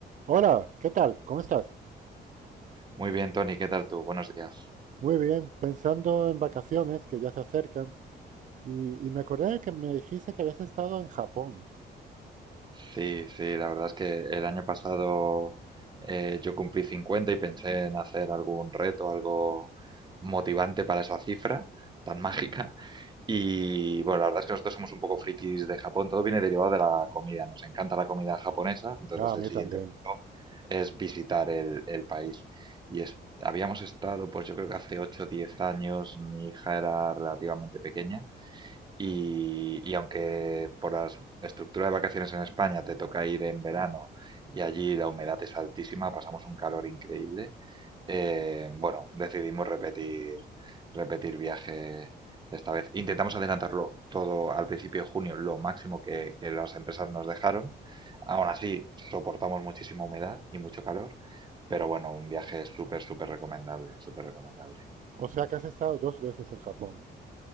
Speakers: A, on the right (about 45°); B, on the right (about 25°).
A: Hola, ¿qué tal? ¿Cómo estás?
B: Muy bien, Tony, ¿qué tal tú? Buenos días.
A: Muy bien, pensando en vacaciones que ya se acercan y, y me acordé que me dijiste que habías estado en Japón.
B: Sí, sí, la verdad es que el año pasado eh, yo cumplí 50 y pensé en hacer algún reto, algo motivante para esa cifra tan <laughs> mágica. Y bueno, la verdad es que nosotros somos un poco frikis de Japón, todo viene derivado de la comida, nos encanta la comida japonesa, entonces
A: Ah, a
B: el
A: mí
B: siguiente
A: también.
B: paso es visitar el, el país. Y es- habíamos estado, pues yo creo que hace 8 o 10 años, mi hija era relativamente pequeña Y, y aunque por la s- estructura de vacaciones en España te toca ir en verano y allí la humedad es altísima, pasamos un calor increíble, eh, bueno, decidimos repetir, repetir viaje esta vez. Intentamos adelantarlo todo al principio de junio, lo máximo que, que las empresas nos dejaron. Aún así, soportamos muchísima humedad y mucho calor, pero bueno, un viaje súper, súper recomendable, súper recomendable.
A: O sea que has estado dos veces en Japón.